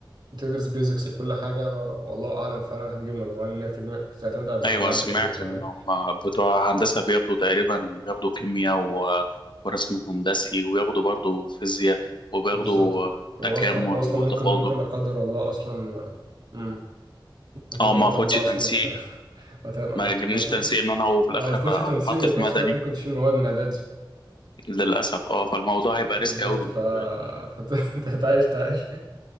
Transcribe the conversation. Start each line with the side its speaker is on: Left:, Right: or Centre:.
Right: بتدرس بيزكس لكل حاجه والله اعلم فعلا هتجيب مجموعه لان هي تجم- تعتمد على المجموعه
Left: أيوة سمعت
Right: الداخليه تمام
Left: إن هم بتوع هندسة بياخدوا تقريبا بياخدوا كيمياء و... ورسم هندسي وياخدوا برضو فيزياء وبياخدوا
Right: بالظبط
Left: آه، تكامل
Right: واصلا واصلا
Left: وتفاضل
Right: ممكن ممكن لا قدر الله اصلا مم. ممكن
Left: اه
Right: لا
Left: ما
Right: قدر
Left: اخدش
Right: الله اصلا
Left: تنسيق
Right: ما ت- <laughs> ما ت-
Left: ما يجبنيش
Right: ما ت-
Left: تنسيق ان انا هو في
Right: آه،
Left: الاخر
Right: ما تاخدش تنسيق
Left: اتحط
Right: وفي
Left: في
Right: نفس
Left: مدني
Right: الوقت ممكن تشيل مواد من اعدادي
Left: للاسف اه فالموضوع هيبقى
Right: بالظبط
Left: ريسك قوي بالنسبه
Right: ف
Left: لي
Right: فانت هتعيش <laughs> تعيش